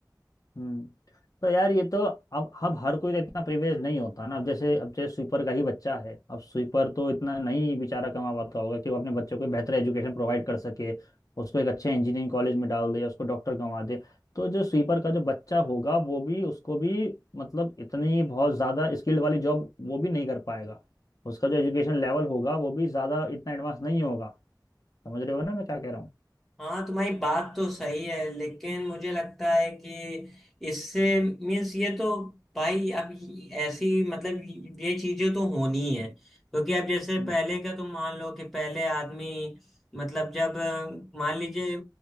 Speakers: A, on the left; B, in the centre.
A: हम्म तो यार ये तो अब अब हर कोई तो इतना प्रिविलेज नहीं होता ना अब जैसे अब जैसे स्वीपर का ही बच्चा है अब स्वीपर तो इतना नहीं बेचारा कमा पाता होगा कि वो अपने बच्चों को बेहतर एजुकेशन प्रोवाइड कर सके उसको एक अच्छे इंजीनियरिंग कॉलेज में डाल दे या उसको डॉक्टर कमा दे तो जो स्वीपर का जो बच्चा होगा वो भी उसको भी मतलब इतनी बहुत ज़्यादा स्किल्ड वाली जॉब वो भी नहीं कर पाएगा उसका जो एजुकेशन लेवल होगा वो भी ज़्यादा इतना एडवांस नहीं होगा समझ रहे हो ना मैं क्या कह रहा हूँ
B: हाँ तुम्हारी बात तो सही है लेकिन मुझे लगता है कि इससे मीन्स ये तो भाई अब ये- ऐसी मतलब ये चीजें तो होनी ही है क्योंकि अब जैसे
A: हम्म
B: पहले का तुम मान लो कि पहले आदमी मतलब जब अ, मान लीजिए